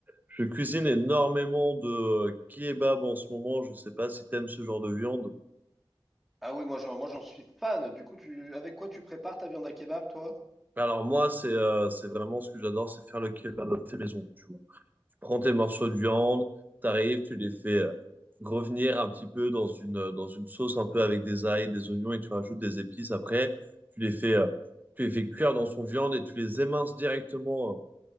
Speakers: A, on the right; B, in the centre.
A: Je cuisine énormément de euh, kebab en ce moment. Je ne sais pas si t'aimes ce genre de viande.
B: Ah oui, moi j'en, moi j'en suis fan. Du coup, tu, avec quoi tu prépares ta viande à kebab, toi?
A: Alors moi, c'est euh, c'est vraiment ce que j'adore, c'est faire le kebab à fait maison. Tu vois, tu prends tes morceaux de viande, t'arrives, tu les fais euh, revenir un petit peu dans une euh, dans une sauce un peu avec des ail, des oignons et tu rajoutes des épices. Après, tu les fais euh, tu les fais cuire dans son viande et tu les éminces directement. euh,